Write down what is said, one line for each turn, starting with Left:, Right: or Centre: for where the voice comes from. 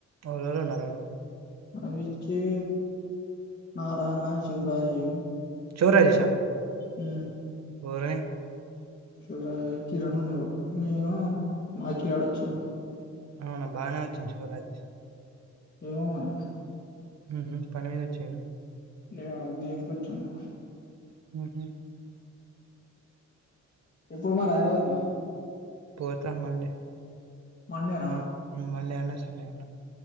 Right: ఓవలేవల్ ఉన్నడు
Left: మా విక్కి నారాయణ శివరాజు
Right: చో రాజేశా
Left: ఉ
Right: ఒరై
Left: క్యూరై కిరణ్ ఉన్నారు నేను మాక్కిగాడు వచ్చినం
Right: అవునా బాగానే వచ్చింది శివరాజ్
Left: ఏమో మన
Right: ఊహు పని మీద ఓచ్చిండు
Left: లే దీని కొచ్చిండు
Right: ఉహు
Left: ఎప్పుడు మరి హైరాద్కి
Right: పోతా మండే
Left: మండేనా
Right: మ మండే అన్న సండే అన్న